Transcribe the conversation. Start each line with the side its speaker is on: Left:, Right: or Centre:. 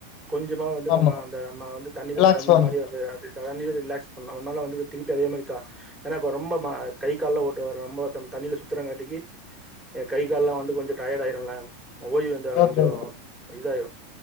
Right: கொஞ்சமா வந்து நம்ம
Left: ஆமா
Right: அந்த நம்ம வந்து தண்ணில
Left: ரிலாக்ஸ்
Right: கலந்த
Left: பண்ணு
Right: மாரி வந்து தண்ணில ரிலாக்ஸ் பண்ணு அந்த மாரிலா வந்து திருப்பி அதே மாரி கா ஏனா இப்போ ரொம்ப கை கால்லா ஒட்டு ரொம்ப தண்ணில சுத்துறங்காட்டிக்கு ஏ கை கால்லா வந்து கொஞ்ச டயர்ட் ஆயிருல ஓய்வு இருந்தா கொஞ்ச
Left: ஓகே ஓகே
Right: இதாயிரு